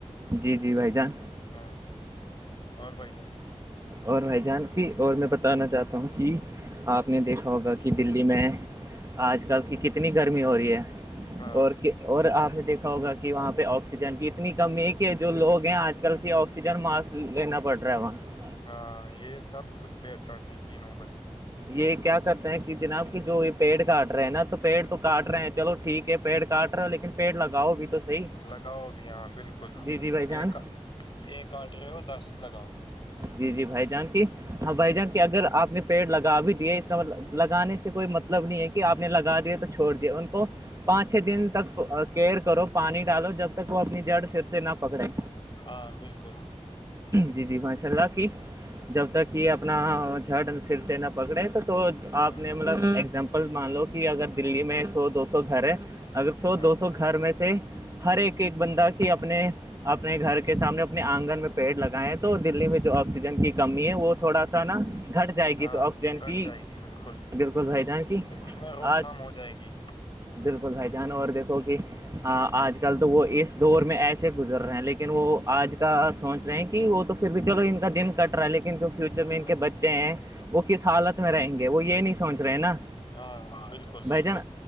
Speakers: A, on the right; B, on the left.
A: جی جی بھائی جان
B: نہ اور بھائی جان
A: اور بھائی جان کی اور میں بتانا چاہتا ہوں کہ آپ نے دیکھا ہوگا کہ دلی میں آج کل کی کتنی گرمی ہو رہی ہے
B: ہاں
A: اور اور آپ نے دیکھا ہوگا کہ کہ وہاں پہ آکسیجن کی اتنی کمی ہے کہ جو لوگ ہیں آج کل کی آکسیجن ماسک لینا پڑ رہا ہے وہاں
B: ہاں یہ سب کچھ پیٹ کاٹنے کی نوبت ہے
A: یہ کیا کرتے ہیں کہ جناب کہ جو یہ پیڑ کاٹ رہا ہے نا تو پیڑ تو کاٹ رہے ہیں چلو ٹھیک ہے پیڑ کاٹ رہ ہو لیکن پیڑ لگاؤ بھی تو صحیح
B: لگاؤ بھی ہاں بالکل
A: جی جی بھائی جان
B: ایک ایک کٹ رہے ہو دس لگاؤ
A: جی جی بھائی جان کی ہاں بھائی جان کی اگر آپ نے پیڑ لگا بھی دیے لگانے سے کوئی مطلب نہیں ہے کہ آپ نے لگا دیا تو چھوڑ دیا ان کو پانچ چھ دن تک کیئر کرو پانی ڈالو جب تک وہ اپنی جڑ پھر سے نہ پکڑے
B: ہاں بالکل
A: جی جی ماشاء اللہ کی جب تک یہ اپنا جڑ پھر سے نہ پکڑے تو تو
B: ہاں
A: آپ نے مطلب اگزامپل مان لو کہ اگر دلی میں سو دو سو گھر ہے اگر سو
B: ہاں
A: دو سو گھر میں سے ہر ایک ایک بندہ کی اپنے اپنے گھر کے سامنے اپنے آنگن میں پیڑ لگیں تو دلی میں جو آکسیجن کی کمی ہے وہ تھوڑا سا نا گھٹ جائے
B: ہاں
A: گی تو آکسیجن
B: گٹ
A: کی
B: جائے گی بالکل
A: بالکل بھائی جان کی
B: اس میں روک
A: آج
B: تھام ہو جائے گی
A: بالکل بھائی جانو اور دیکھو کہ ہاں آج کل تو وہ اس دور میں ایسے گزر رہے ہیں لیکن وہ آج کل سوچ رہے ہیں کہ وہ تو پھر بھی چلو ان کا دن کٹ رہا ہے لیکن جو فیوچر
B: ہاں
A: میں ان کے بچے ہیں وہ کس حالت میں رہیں گے وہ یہ نہیں پہنچ رہے نا
B: ہاں ہاں بالکل
A: بھائی
B: بالکل
A: جان